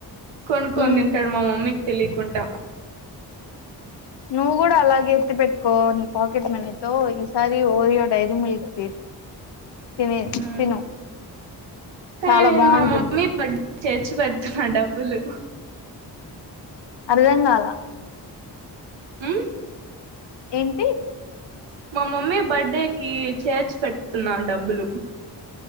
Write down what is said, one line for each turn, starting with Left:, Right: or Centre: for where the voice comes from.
Right: కొనుక్కొని
Left: మ్మ్
Right: తింటడు మా మమ్మీ తెలియకుంటా
Left: నువ్వు కూడా అలాగే ఎత్తి పెట్టుకో నీ పాకెట్ మనీతో ఈసారి ఓరియో డైరీ మిల్క్ తీ తని
Right: మ్
Left: తిను
Right: కానీ
Left: చాలా
Right: నేను
Left: బాగుంటుంది
Right: మా మమ్మీ బర్త్డే చేర్చి పెడుతన్నా డబ్బులు
Left: అర్ధంగాల
Right: మ్
Left: ఏంటి
Right: మా మమ్మీ బర్త్డే కి చేర్చి పెడుతున్నా డబ్బులు